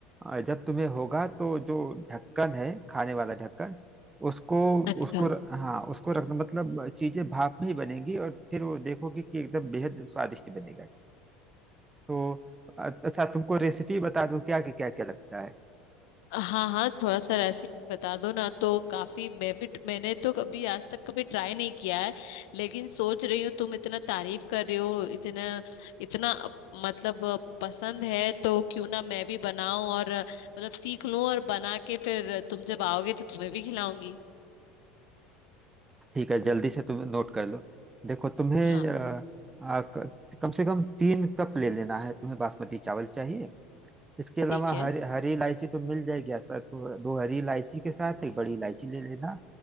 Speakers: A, on the right; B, on the left.
A: अ, जब तुम्हें होगा तो जो ढक्कन है खाने वाला ढक्कन उसको
B: अच्छा
A: उसको र- हाँ उसको रखना मतलब चीजें भाप में ही बनेंगी और फिर वो देखोगे कि एकदम बेहद स्वादिष्ट बनेगा तो अ- अच्छा तुमको रेसिपी बता दूं क्या कि क्या क्या लगता है
B: हाँ हाँ थोड़ा सा रेसिपी बता दो ना तो काफी मैं भी मैंने तो कभी आज तक कभी ट्राई नहीं किया है लेकिन सोच रही हूँ तुम इतना तारीफ कर रही हो इतना इतना अ, मतलब अ, पसंद है तो क्यों ना मैं भी बनाऊं और अ, मतलब सीख लूं और बना के फिर तुम जब आओगे तो तुम्हें भी खिलाऊंगी
A: ठीक है जल्दी से तुम नोट कर लो देखो तुम्हें
B: हाँ
A: अ, अ, क- कम से कम तीन कप ले लेना है तुम्हें बासमती चावल चाहिए इसके अलावा
B: ठीक है
A: हरी हरी इलायची तो मिल जाएगी आसपास तो दो हरी इलायची के साथ एक बड़ी इलायची ले लेना